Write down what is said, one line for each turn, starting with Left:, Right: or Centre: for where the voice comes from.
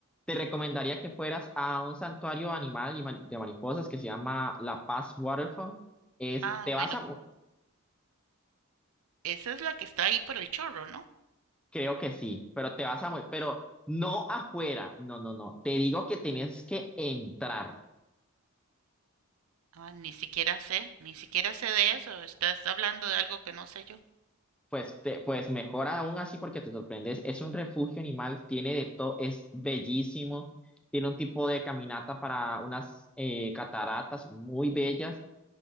Centre: te recomendaría que fueras a un santuario animal y ma- de mariposas que se llama La Paz Waterfall. Es,
Right: Ah,
Centre: te
Right: bueno,
Centre: vas a,
Right: esa es la que está ahí por el chorro, ¿no?
Centre: Creo que sí, pero te vas a morir, pero no afuera, no, no, no, te digo que tienes que entrar,
Right: Ah, ni siquiera sé, ni siquiera sé de eso. Estás hablando de algo que no sé yo.
Centre: pues, te- pues mejor aún así porque te sorprendes, es un refugio animal, tiene de todo, es bellísimo, tiene un tipo de caminata para unas eh, cataratas muy bellas